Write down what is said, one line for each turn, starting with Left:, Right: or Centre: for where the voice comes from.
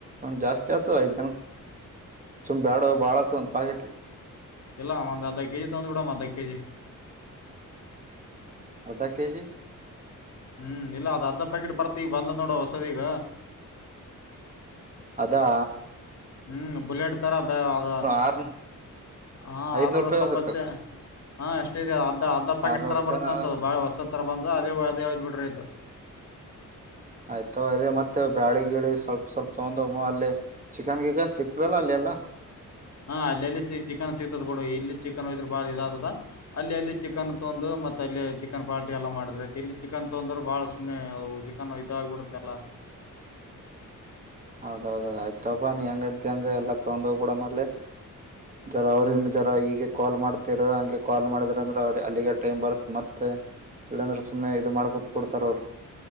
Right: ಒಂದ್ ಜಾಸ್ತಿ ಆತು ಐದ್ ದನ ಸುಂಬ ಬ್ಯಾಡ ಬಾಳ ಆತು ಒಂದ್ ಪಾಕೆಟ್
Left: ಎಲ್ಲ ಆ ಅಂದ ಅರ್ಧ ಕೆಜಿ ತೊಂದು ಬಿಡಾಮ ಅಧ ಕೆಜಿ
Right: ಅರ್ಧ ಕೆಜಿ
Left: ಹ್ಮ್ ಇಲ್ಲ ಅದ ಅರ್ದಧ ಪ್ಯಾಕೆಟ್ ಬರ್ತಿ ಈಗ ಬಂದ ನೋಡ ಹೊಸದೀಗ
Right: ಅದಾ
Left: ಹ್ಮ್ ಬುಲೆಟ್ ಥರ ಬ ಅದು
Right: ಆರ್
Left: ಹ
Right: ಐದ್ನೂರ್
Left: ಆರುನೂರ
Right: ರೂಪಾಯಿ
Left: ತೊಂಬತ್ತ
Right: ಅದಕ್
Left: ಹಾಷ್ಟೇ ಇದೆ ಅದ ಅರ್ಧ ಪಾಕೆಟ್
Right: ಆರ್ನೂರ್
Left: ತರ
Right: ರೂಪಾಯಿನ
Left: ಬತ್ತ ಅಂತದದು ಬಾಳ ಹೊಸ ತರ ಬಂದು ಅದೇ ಅದೇ ಒಯ್ದ್ ಬಿಟ್ರ ಆಯ್ತ
Right: ಆಯ್ತ ಇೇ ಮತ್ತೆ ಬ್ಯಾಳಿ ಗಿಳಿ ಸ್ವಲ್ಪ ಸ್ವಲ್ಪ ತ ಅಲ್ಲಿ ಚಿಕನ್ ಗಿಕನ್ ಸಿಕ್ತಲ್ಲ ಅಲ್ಲಿ ಅಲ್ಲ
Left: ಹಾ ಅಲ್ಲೆಲ್ಲಿ ಸಿ ಚಿಕನ್ ಸಿಗ್ತದ ಬಿಡು ಇಲ್ಲಿ ಚಿಕನ್ೋಯದ್ರೆ ಬಾಳ ಇದಾದದ ಅಲ್ಲಿ ಅಲ್ಲಿ ಚಿಕನ್ತ್ ಒಂದು ಮತ್ತತ್ ಅಲ್ಲಿ ಚಿಕನ್ ಪಾರ್ಟಿ ಎಲ್ಲ ಮಾಡಿದ್ರ ಇಲ್ಲಿ ಚಿಕನ್ ತೊಂದ್ರರು ಬಾಳ ಸುಮಮ್ಮನೆ ಅ ಚಿಕನ್ ಇದಾಗಬಿಡುತ್ತೆಲ್ಲಾ
Right: <unintelligible> ಹೌದೌದ ಆಯ್ತಪ ನೀ ಹೆಂಗಂತ ಹೆಂಗ ಎಲ್ಲಾ ತೊೊಂಡ ಹೋಗ್ಬ ಬಿಡ ಮೆ ಜರ ಅವ್ರರ
Left: ಹ್ಮ್
Right: ಈಗಗೆ ಕಾಲ್ ಮಾಡ್ತ ಹಂಗೆ ಕಾಲ್ ಮಾಡಿದ್ರ ಅಂದ್ರ ಅವ್ರ ಅಲ್ಲಿಗೆ ಟೈಮ್ ಬರ್ತ್ ಮತ್ತತ್ ಇಲ್ಲಾಂದ್ರೆ ಸುಮ್ಮನೆ ಇದು ಮಾಡ ಕುೂತ್ ಕೊಡ್ತಾರ ಅವರು